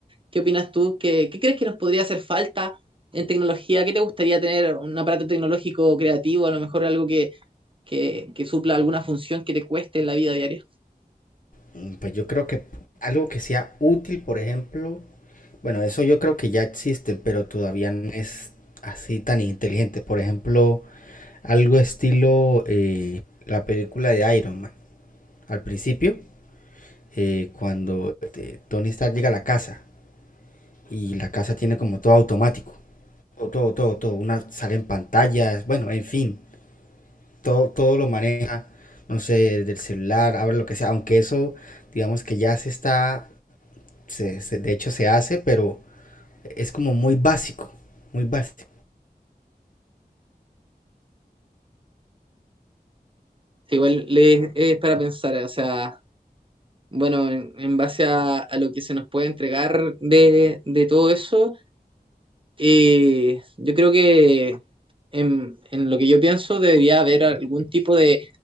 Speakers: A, on the right (about 35°); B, on the left (about 55°).
A: ¿Qué opinas tú? ¿Qué, qué crees que nos podría hacer falta en tecnología? ¿Qué te gustaría tener? ¿Un aparato tecnológico creativo? A lo mejor algo que, que, que supla alguna función que te cueste en la vida diaria.
B: Mm, Pues yo creo que algo que sea útil, por ejemplo, bueno, eso yo creo que ya existen, pero todavía no es así tan inteligente. Por ejemplo, algo estilo eh, la película de Iron Man. Al principio, eh, cuando este, Tony Stark llega a la casa y la casa tiene como todo automático. Todo, todo, todo, todo. Una sale en pantallas, bueno, en fin, todo, todo lo maneja, no sé, del celular, abre lo que sea. Aunque eso, digamos que ya se está se, se- de hecho se hace, pero es como muy básico, muy básico.
A: Sí, igual le- es para pensar, o sea, bueno, en, en base a, a lo que se nos puede entregar de, de todo eso. Eh, yo creo que en, en lo que yo pienso debería haber algún tipo de,